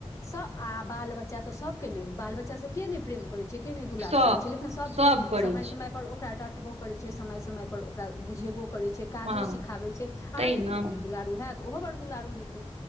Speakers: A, on the left; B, on the right.
A: स आ बाल बच्चा तऽ सबके ने बाल बच्चा स के नहि प्रेम करैत छै के नहि दुलार
B: सभ
A: करै छै लेकिन सब
B: सभ
A: फेर
B: करै
A: समय
B: छै
A: समय पर ओकरा डट टबो करै छै समय समय पर ओकरा बुझेबो करै छै काजो
B: हँ
A: सिखाबै छै अहाँके
B: तै ने
A: नै बेटी दुलारू हैत ओहो बड दुलारू हेतै